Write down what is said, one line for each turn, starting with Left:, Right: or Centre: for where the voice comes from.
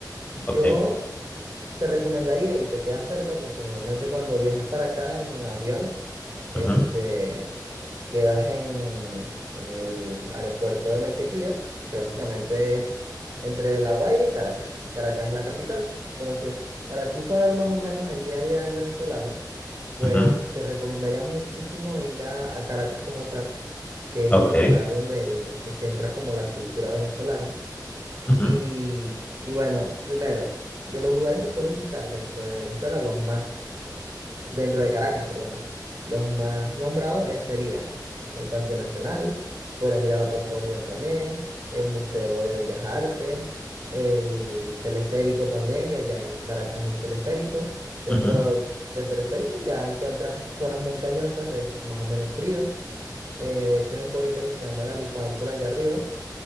Right: Yo...
Left: Ok.
Right: te recomendaría y te queda cerca porque normalmente cuando viajas para acá en avión, este,
Left: ujú,
Right: quedas en, en el aeropuerto de Maiquetía, que básicamente es entre La Guaira y Caracas, y Caracas es la capital. Entonces, para tú saber más o menos el día a día del venezolano, pues
Left: ujú,
Right: te recomendaría muchísimo ir a, a Caracas como tal, que es
Left: Ok.
Right: el lugar donde, donde se centra como la cultura venezolana
Left: ujú,
Right: y, y bueno, primero, de los lugares que puedes visitar dentro de Venezuela, los más, dentro de Caracas, perdona, los más nombrados eh, serían el Panteón Nacional, podrás ir a la Plaza Bolívar también, el Museo de Bellas Artes, el teleférico también, que allá en Caracas hay un teleférico. Dentro
Left: ujú, ujú,
Right: del teleférico ya encuentras zonas montañosas de más o menos frío. eh, de hecho, hay un pueblito que se llama Galipán por allá arriba